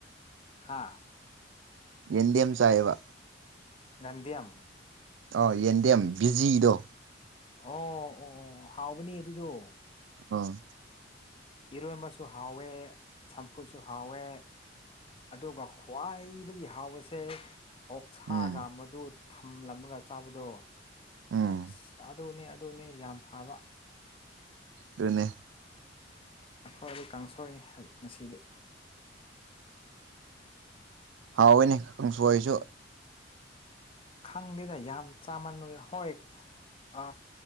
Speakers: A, on the left (about 30°); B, on the right (about 80°).
A: ꯍꯥꯥ
B: ꯌꯦꯟꯗꯦꯝ ꯆꯥꯌꯦꯕ
A: ꯒꯟꯗꯤꯌꯥꯝ
B: ꯑꯥ ꯌꯦꯟꯗꯦꯝ ꯕꯤꯖꯤꯗꯣ
A: ꯑꯣ ꯑꯣ ꯑꯣ ꯍꯥꯎꯕꯅꯤ ꯑꯗꯨꯗꯣ
B: ꯑꯥ
A: ꯏꯔꯣꯝꯕꯁꯨ ꯍꯥꯎꯋꯦ ꯆꯝꯐꯨꯠꯁꯨ ꯍꯥꯎꯋꯦ ꯑꯗꯨꯒ ꯈ꯭ꯋꯥꯏꯗꯒꯤ ꯍꯥꯎꯕꯁꯦ ꯑꯣꯛꯁꯥꯒ
B: ꯎꯝ
A: ꯃꯗꯨ ꯊꯝꯂꯝꯃꯒ ꯆꯥꯕꯗꯣ
B: ꯎꯝ
A: ꯑꯁ ꯑꯗꯨꯅꯦ ꯑꯗꯨꯅꯦ ꯌꯥꯝ ꯐꯕ
B: ꯑꯗꯨꯅꯦ꯫
A: ꯑꯩꯈꯣꯏꯗꯤ ꯀꯥꯡꯁꯣꯏꯅꯤ ꯉꯁꯤꯗꯤ꯫
B: ꯍꯥꯎꯋꯦꯅꯦ ꯀꯥꯡꯁꯣꯏꯁꯨ꯫
A: ꯈꯪꯗꯦꯗ ꯌꯥꯝ ꯆꯥꯃꯟꯕ ꯍꯣꯏ꯫ ꯑ